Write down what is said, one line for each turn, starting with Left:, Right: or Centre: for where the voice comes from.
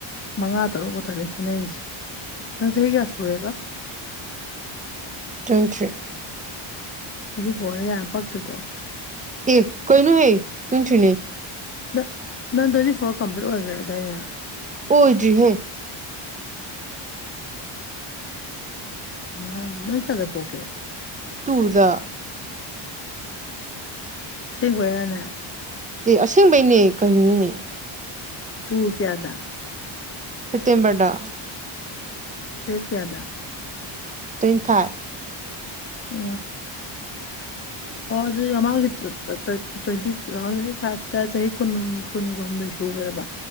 Left: ꯃꯉꯥ ꯇꯔꯨꯛ ꯈꯛꯇꯅꯤ ꯈꯦꯠꯅꯔꯤꯁꯦ ꯅꯪ ꯆꯍꯤ ꯀꯌꯥ ꯁꯨꯔꯦꯕ
Right: ꯇ꯭ꯋꯦꯟ ꯊ꯭ꯔꯤ
Left: ꯇ꯭ꯋꯦꯟꯇꯤ ꯐꯣꯔꯅꯦ ꯌꯥꯝ ꯄꯥꯛꯛꯇ꯭ꯔꯔꯤꯗꯣ
Right: ꯑꯦ ꯀꯣꯏꯅꯨ ꯍꯦ ꯇꯨꯅ ꯊꯤꯅꯦ
Left: ꯅꯪ ꯅꯪ ꯇ꯭ꯋꯦꯟꯇꯤ ꯐꯣꯔ ꯀꯝꯄ꯭ꯂꯤꯠ ꯑꯣꯏꯈ꯭ꯔꯦ ꯑꯗꯨꯗꯥꯏꯅꯦ
Right: ꯍꯗ꯭ꯔꯤ ꯍꯦ
Left: ꯀꯩꯅ ꯏ ꯅ ꯀꯗ ꯄꯀꯦ
Right: ꯇꯨꯗ
Left: ꯁꯤ ꯀꯣꯏꯔꯅ
Right: ꯑꯦ ꯑꯁꯦꯡꯕꯩꯅꯦ ꯀꯩꯅꯤꯅꯦ
Left: ꯇꯨꯡ ꯀꯌꯥꯗ
Right: ꯁꯇꯌꯝꯕꯔꯗꯥ
Left: ꯐꯔ ꯀꯌꯥꯗ
Right: ꯇ꯭ꯋꯦꯟꯇꯤ ꯐꯥꯏꯚ
Left: ꯑ ꯑꯣ ꯑꯗꯨꯗꯤ ꯃꯃꯥꯡꯒꯤ ꯇ꯭ꯋꯦꯟꯇꯤ ꯇꯨ ꯊꯥꯎꯖꯟ ꯐꯥꯏꯚꯇ ꯆꯍꯤ ꯀꯨꯟ ꯀꯨꯟꯒ ꯍꯨꯝꯗꯣꯏꯁꯨ ꯭ꯔꯕ